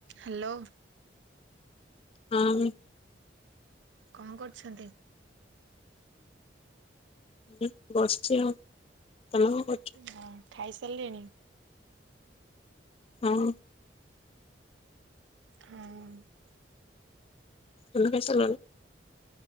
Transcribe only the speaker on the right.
Hello.
କଣ କରୁଛନ୍ତି?
ହଁ ଖାଇ ସାରିଲେଣି?
ହଁ।